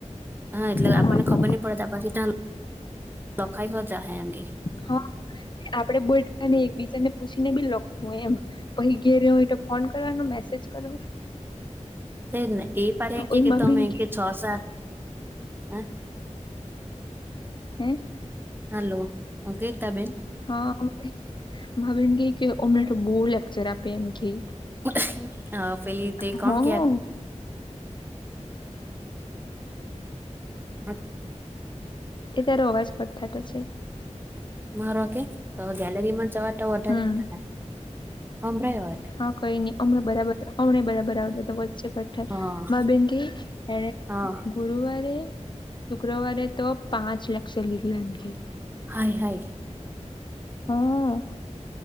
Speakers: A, on the right; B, on the left.
A: હા એટલે
B: હા
A: આપણને ખબર નહીં પડે ત પછી ત્યા લખાઈ શ જ હ એમ કે
B: હા આપડે બોલતાને એકબીજા ને પૂછી ને બી લખું એમ પછી ઘેરે હું એ ફોન કરવાનું મેસેજ કરવાનું.
A: તે જ ન એ પાહે એમ કે
B: ઓય
A: કે
B: માર
A: તમે
B: બેન
A: એમ કે છ સાત હ
B: હે
A: હલો હું કેતા બેન
B: હારે ભાવિને ગ કે અમને બહુ લેક્ચર આપે એમ કે.
A: <inaudible> અ પેલી તે
B: હા
A: કોણ કય અત
B: એ તો અવાજ કટ ઠાટો છે.
A: મારો કે હવ ગેલેરી માં જવા તો વધારે
B: હમ
A: થાય હભરા હોય.
B: હા કઈ નહી હમણાં બરાર હમ બરાબર આવડ તો વચ્ચે કઠ ઠાય
A: હા
B: માર બેન કે હ
A: હા
B: ગુરુવારે, શુક્રવારે તો પાંચ લકક્ષર લીધેલા એમકે
A: હાય હાય
B: હા